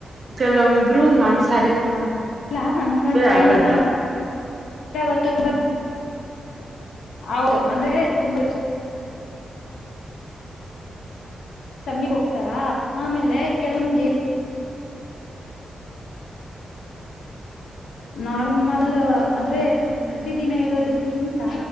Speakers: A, on the right (about 50°); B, on the left (about 80°).
A: ಚಲಂಬೂ ಮಾಂಸ
B: ಹಾ ಇಲ್ಲಾ ಹಂಗಂತ
A: ಯಾಕಂತ
B: ಏನಿಲ್ಲತ್ತುುಂಬ ಹೌದು ಅಂದ್ರೆ ತುಂಬ ಸಮಯಪ ಹೋಗ್ತಾರಾ ಆಮೇಲೆ ಕೆಲವೊಮ್ಮ ದೇ ನಾರ್ಮಲ್ ಅಂದ್ರೆ ಪ್ರತಿ ದಿನ ಇರೋದಕ್ಕಿಂತ